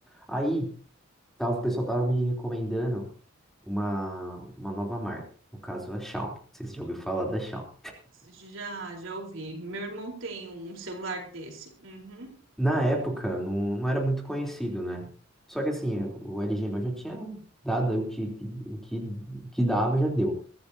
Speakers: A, in the centre; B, on the right (about 65°).
A: Aí, Tava, o pessoal tava me recomendando uma, uma nova marca, no caso a Xiaomi. Vocês já ouviram falar da Xiaomi.
B: Já, já ouvi. Meu irmão tem um celular desse. Uhum.
A: Na época, não, não era muito conhecido, né? Só que assim, o LG meu já tinha dado o que, que, o que, o que dava, já deu.